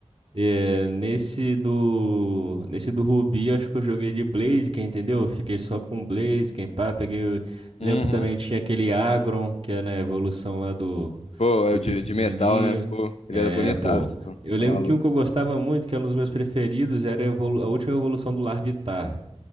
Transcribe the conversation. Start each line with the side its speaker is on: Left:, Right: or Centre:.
Right: É, nesse do nesse do Rubi, acho que eu joguei de Blaziken, entendeu? Fiquei só com Blaziken, pá, peguei, o-
Left: Uhum.
Right: lembro também tinha aquele Agron, que é na evolução lá do
Left: Pô, é
Right: do
Left: o de,
Right: pequenininho.
Left: de metal, né? Pô, ele
Right: É,
Left: era bonitaço,
Right: pô.
Left: pô.
Right: Eu
Left: Tá
Right: lembro
Left: maluco.
Right: que um que eu gostava muito, que é um dos meus preferidos, era a, evolu- a última evolução do Larvitar.